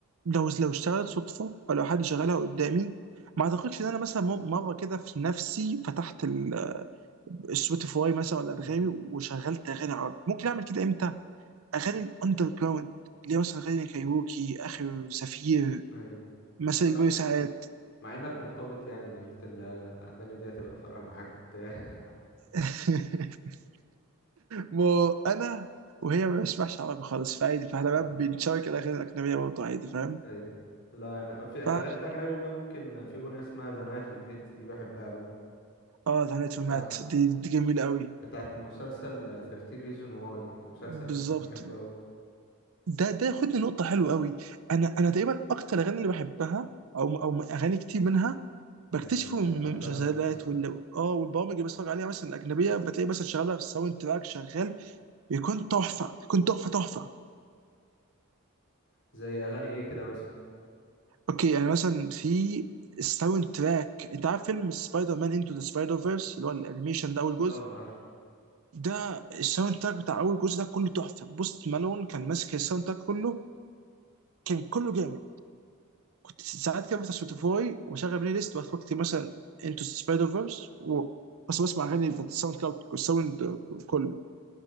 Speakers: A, on the right; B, on the left.
A: لو لو اشتغلت صدفه او لو حد شغلها قدامي ما اعتقدش ان انا مثلا م- مره كده في نفسي فتحت ال- السبوتيفاي مثلا ولا
B: مم.
A: انغامي وشغلت اغاني عربي ممكن اعمل كده امتى اغاني الاندر جراوند اللي هي مثلا اغاني كايروكي اخر زفير
B: أيوة
A: مساء
B: مع
A: كبير
B: إنك
A: ساعات
B: مع إنك مرتبط يعني قلت ال- الأغاني دي هتبقى فارقة معاك وبتاع <laughs>
A: <laughs> مو انا وهي ما بسمعش عربي خالص فعادي فاحنا
B: آه،
A: بقى بنشارك الاغاني الاجنبيه برضه عادي فاهم
B: أيوة لا أنا في الأغاني
A: فعشان
B: الأجنبي
A: كده
B: بقى ممكن في أغنية اسمها The Night We Met دي بحبها أوي
A: اه ذا نايت
B: بتاعت
A: مات دي, دي جميله قوي
B: بتاعت من مسلسل 13 Reason Why المسلسل
A: بالظبط
B: ده كنت بحبه أوي
A: ده ده ياخدني نقطة حلوة قوي أنا أنا تقريبا أكتر الأغاني اللي بحبها أو أو أغاني كتير منها بكتشفه
B: من الأفلام
A: من المسلسلات
B: والمسلسلات
A: وال اه والبرامج اللي بتفرج عليها مثلا الأجنبية بتلاقي مثلا شغالة في الساوند تراك شغال بيكون تحفة بيكون تحفة تحفة
B: زي أغاني إيه كده مثلا
A: أوكي يعني مثلا في الساوند تراك أنت عارف فيلم سبايدر مان انتو ذا سبايدر فيرس اللي هو الأنيميشن ده أول جزء
B: اه عارف
A: ده الساوند تراك بتاع أول جزء ده كله تحفة بوست مالون كان ماسك الساوند تراك كله كان كله جامد كنت ساعات كده بفتح سبوتيفاي واشغل بلاي ليست واخد وقتي مثلا انتو سبايدر فيرس و... بس بسمع اغاني بتاعت الساوند كلاود الساوند كله